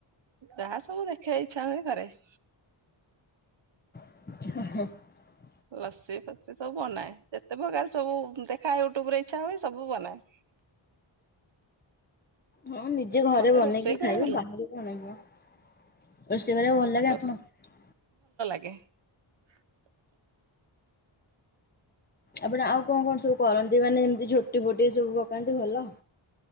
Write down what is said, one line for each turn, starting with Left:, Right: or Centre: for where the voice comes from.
Right: ଯାହା ସବୁ। <inaudible> <unintelligible>
Left: <unintelligible>
Right: ଲସି ଫସି ସବୁ ବନାଏ ଯେତେ ପ୍ରକାର ସବୁ ଦେଖାଏ ୟୁଟ୍ୟୁବ ରେ ଇଚ୍ଛା ହୁଏ ସବୁ ବନାଏ।
Left: ହଁ ନିଜେ ଘରେ
Right: ମତେ
Left: ବନେଇକି
Right: ରୋଷେଇ କରିବା
Left: ଖାଇବ
Right: ଭଲ
Left: ବାହାର <inaudible> ରୋଷେଇ କରିବାକୁ ଭଲ ଲାଗେ
Right: ରୋଷ
Left: ଆପଣଙ୍କୁ।
Right: <unintelligible>
Left: ଆପଣ ଆଉ କଣ କଣ ସବୁ କରନ୍ତି ମାନେ ଏମିତି ଝୋଟି ଫୋଟି ସବୁ ପକାନ୍ତି ଭଲ।